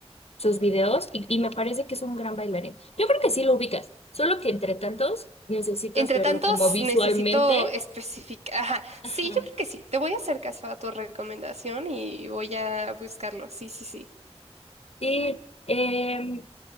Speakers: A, on the left (about 65°); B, on the right (about 75°).
A: sus videos y, y me parece que es un gran bailarín. Yo creo que sí lo ubicas, solo que entre tantos necesitas
B: Entre
A: verlo
B: tantos,
A: como visualmente.
B: necesito especificar. Ajá,
A: Ajá.
B: sí, yo creo que sí. Te voy a hacer caso a tu recomendación y voy a buscarlo. Sí, sí, sí.
A: Sí, em,